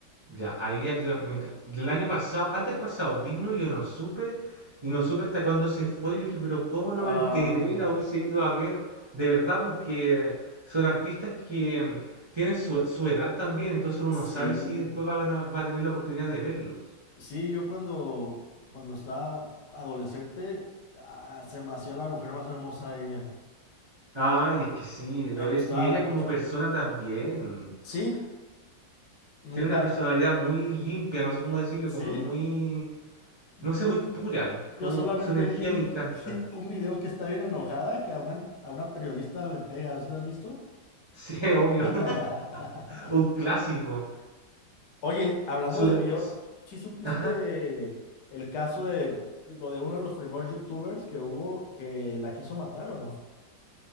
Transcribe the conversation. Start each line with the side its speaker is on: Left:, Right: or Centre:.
Right: Ya, ahí ya, ya me enca- El año pasado, antes pasado vino, yo no supe, y no supe hasta cuándo se fue, y dije, pero ¿cómo no
Left: Ah,
Right: me enteré? La hubiese ido a ver, de verdad, porque son artistas que mm, tienen su, su edad también, entonces uno
Left: sí.
Right: no sabe si después va, a va a tener la oportunidad de verlos.
Left: Sí, yo cuando, cuando estaba adolescente, ah, se me hacía la mujer más hermosa ella.
Right: Ay, es que sí, lo
Left: Me
Right: es.
Left: gustaba
Right: Y ella
Left: mucho.
Right: como persona también.
Left: ¿Sí? Nunca,
Right: Tiene una personalidad muy limpia, no sé cómo decirlo,
Left: ¿sí?
Right: como muy,
Left: Yo,
Right: no sé, muy pura,
Left: yo
Right: como
Left: solamente
Right: su energía
Left: vi
Right: me encanta.
Left: <laughs> un video que está bien enojada, que a una, a una periodista le pega, ¿sí lo has visto?
Right: Sí, <laughs> obvio,
Left: <laughs>
Right: <laughs> un clásico.
Left: Oye, hablando
Right: Su
Left: de
Right: de-
Left: Bjork,
Right: s-
Left: ¿sí supiste
Right: ajá.
Left: el caso de lo de uno de los primeros youtubers que hubo que la quiso matar o no?